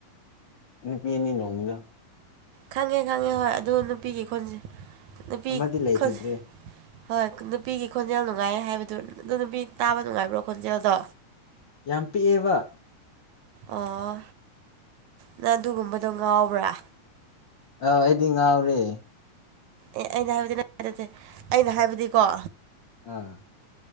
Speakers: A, on the left; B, on the right.
A: ꯅꯨꯄꯤ ꯑꯅꯤ ꯂꯣꯟꯕꯗꯣ
B: ꯈꯪꯉꯦ ꯈꯪꯉꯦ ꯍꯣꯏ ꯑꯗꯨ ꯅꯨꯄꯤꯒꯤ ꯈꯣꯟꯖ ꯅꯨꯄꯤ
A: ꯑꯃꯗꯤ ꯂꯩꯈꯤꯗ꯭ꯔꯦ
B: ꯈꯣꯟꯁ ꯍꯣꯏ ꯅꯨꯄꯤꯒꯤ ꯈꯣꯟꯖꯦꯜ ꯅꯨꯡꯉꯥꯏ ꯍꯥꯏꯕꯗꯨ ꯑꯗꯨ ꯅꯨꯄꯤ ꯇꯥꯕ ꯅꯨꯡꯉꯥꯏꯕ꯭ꯔꯣ ꯈꯣꯟꯖꯦꯜꯗꯣ
A: ꯌꯥꯝ ꯄꯤꯛꯑꯦꯕ
B: ꯑꯣ ꯅꯪ ꯑꯗꯨꯒꯨꯝꯕꯗꯣ ꯉꯥꯎꯕ꯭ꯔꯥ
A: ꯑꯥꯎ ꯑꯩꯗꯤ ꯉꯥꯎꯔꯦ
B: ꯑꯦ ꯑꯩꯅ ꯍꯥꯏꯕꯗꯤ ꯅꯠ ꯅꯠꯇꯦ ꯑꯩꯅ ꯍꯥꯏꯕꯗꯤꯀꯣ
A: ꯑꯥ